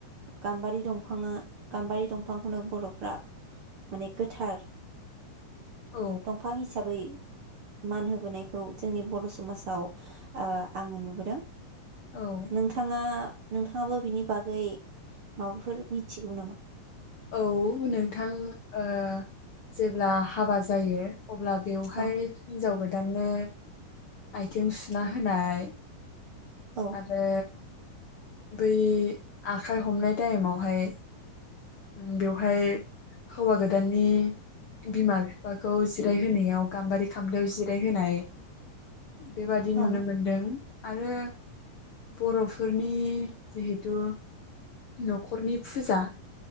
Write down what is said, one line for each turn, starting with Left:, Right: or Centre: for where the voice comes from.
Right: गाम्बारि दंफांङा गाम्बारि दंफांखौनो बरफ्रा माने गोथार
Left: औ
Right: दंफां हिसाबै मान होबोनायखौ जोंनि बर'समाजाव आ आंङो नुबोदों।
Left: औ
Right: नोंथांङा नोंथाङाबो बिनि बागै माबाफोर मिथिगौ नामा?
Left: औ नोंथां ओ जेब्ला हाबा जायो अब्ला बेवहाय
Right: औ
Left: हिनजाव गो दाननो आथिं सुना होनाय
Right: औ
Left: आरो बै आखाइ हमनाय टाइमावहाय उम बेवहाय हौवा गोदाननि बिमा बिफाखौ जिरायहोनायाव गाम्बारि खामबलयाव जिरायहोनाय बेबादि
Right: औ
Left: नुनो मोनदों आरो बर'फोरनि जिहेतु नखरनि फुजा